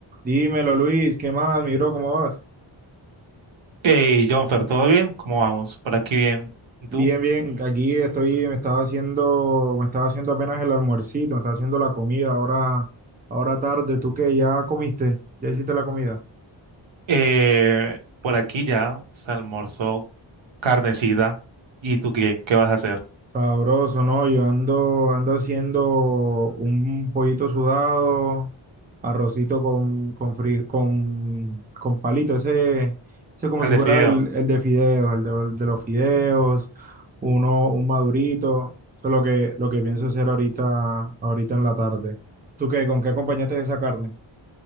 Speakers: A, on the right (about 20°); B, on the right (about 75°).
A: Dímelo, Luis, ¿qué más, mi bro? ¿Cómo vas?
B: Hey, Jonfer, ¿todo bien? ¿Cómo vamos? Por aquí bien. ¿Y
A: Bien,
B: tú?
A: bien, aquí estoy, me estaba haciendo, me estaba haciendo apenas el almuercito, me estaba haciendo la comida, ahora, ahora tarde, ¿tú qué? ¿Ya comiste? ¿Ya hiciste la comida?
B: Eh, por aquí ya se almorzó carnecida. ¿Y tú qué? ¿Qué vas a hacer?
A: Sabroso, ¿no? Yo ando, ando haciendo un pollito sudado, arrocito con, con, fri- con, con palito, ese, ese como
B: El
A: si fuera
B: de fideos.
A: el, el de fideos, el de, el de los fideos, uno, un madurito. Eso es lo que, lo que pienso hacer ahorita, ahorita en la tarde. ¿Tú qué? ¿Con qué acompañaste esa carne?